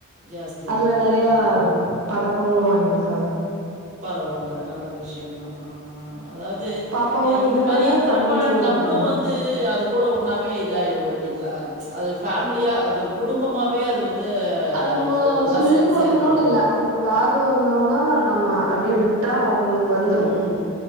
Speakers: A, on the right; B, on the right.
A: ஜாஸ்தியா
B: அதுல
A: இருக்கு
B: நெறயா
A: அதா அதா அதா
B: பதக்கங்களு வாங்கிருக்காங்க
A: பரவால்ல நல்ல விஷ்யந்தா ஆ அதாவது
B: பாப்பாவு வாங்கியிருக்காங்க
A: இந்த மாரி இருக்கறப்ப
B: தம்பியு வாங்கியிருக்காங்க
A: நம்மளு வந்து அது கூட ஒன்னாவே இதா ஆயிருவோ இல்லிங்ளா அது ஃபேமிலியா அது ஒரு குடும்பமாவே அது வந்து
B: அது
A: அதுக்கு
B: நம்ம
A: ஒன்னா
B: சொல்லிக்
A: சேந்து
B: குடுக்கணுனு
A: செயல்படுற
B: இல்ல
A: மாரி
B: அவுங்களுக்கு ஆர்வோ இருந்தோனா நம்ம அப்டியே விட்டா அவுங்களுக்கு வந்துரு
A: ம்